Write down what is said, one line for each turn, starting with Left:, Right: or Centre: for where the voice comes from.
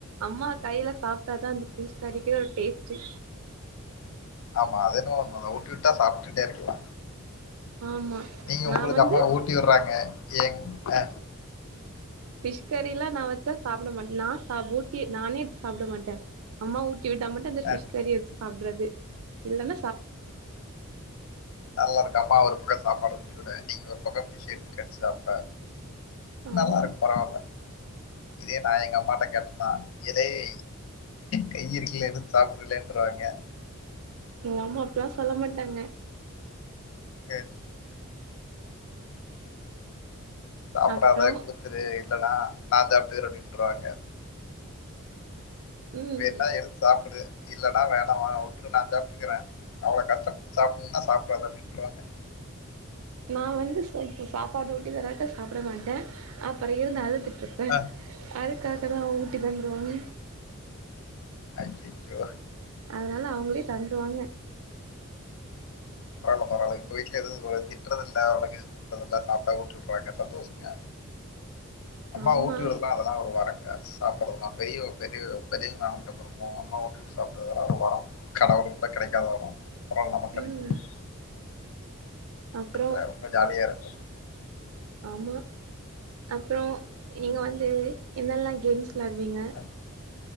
Right: அம்மா கையில சாப்ட்டாதா அந்த ஃபிஸ் கறிக்கே ஒரு டேஸ்ட்டு
Left: ஆம்மா அதென்னமோ உண்மதா ஊட்டி விட்டா சாப்ட்டுட்டே இருக்கலா
Right: ஆமா
Left: நீங்க உங்குளுக்
Right: நா வந்து
Left: அம்மா ஊட்டி விடுறாங்க ஏங் ஆ
Right: ஃபிஷ் கறிலா நா வெச்சா சாப்ட மாட்டே நா சா ஊட்டி நானே சாப்ட மாட்டே அம்மா ஊட் டிவிட்டா மட்டு அந்த ஃபிஷ்
Left: அ
Right: கறி சாப்டுறது இல்லான
Left: நல்லா இருக்கு அம்மா ஒரு பக்கோ சாப்பாடு ஊட்டிவிட நீங்க ஒரு பக்கா ஃபிஷ் எடுத்து கடிச்சு சாப்ட நல்லாருக்
Right: ஆமா
Left: பரவால்ல இதே நா எங்க அம்மாட்ட கேட்டனா ஏலேய் கை இருக்கில எடுத்து சாப்டுலே ட்ருவாங்க
Right: ம் ஆமா அப்பெல்லா சொல்ல மாட்டாங்க.
Left: அ சாப்பிடாத
Right: அப்றோ
Left: குடுத்துரு இல்லனா நா சாப்டிக்கிறே அப்டின்ருவாங்க
Right: ம்
Left: வேனுனா எடுத்து சாப்பிடு இல்லன்னா வேணாமா விட்டுரு நா சாப்பிட்டுக்கறே அவ்வளோ கஷ்டப்பட்டு சாப்பிணும்னா சாப்டு அத அப்டின்ட்ருவாங்க.
Right: நா வந்து இப்ப சாப்பாடு ஊட்டி தரே சாப்பிட மாட்டே அப் பரு இருந்தாலு தி ப்ப
Left: அ
Right: அதுக்காகதா ஊட்டி தந்துருவாங்க.
Left: அய்யயோ
Right: அதனால அவங்களே தந் வாங்க
Left: பரவால உங்க வீட்ல எது உங்கள திட்ரது இல்ல அவளோக்கு திட்டுறதுல்ல சாப்ட்டா ஊட்டு விட்டுறாங்க சந்தோஷங்க. அம்மா
Right: ஆமா
Left: ஊட்டி விடுறதெல்லா அதெல்லா ஒரு வர ம் சாப்பிடறதுல்லா பெரிய பெரிய பெரியவங்கானக்கப்புறோ அம்மா ஊட்டி விட்டு சாப்பிடுறதுல்லா ஒரு வரம் கடவுளுக்கு கூட கெடைக்காத வரம். <unintelligible>
Right: ம் அப்றோ
Left: அத ரொம்ப ஜாலியாருக்கு
Right: ஆமா அப்புறம் நீங்க
Left: ம்
Right: வந்து என்னெல்லா கேம்ஸ் விளாடுவீங்க?
Left: அ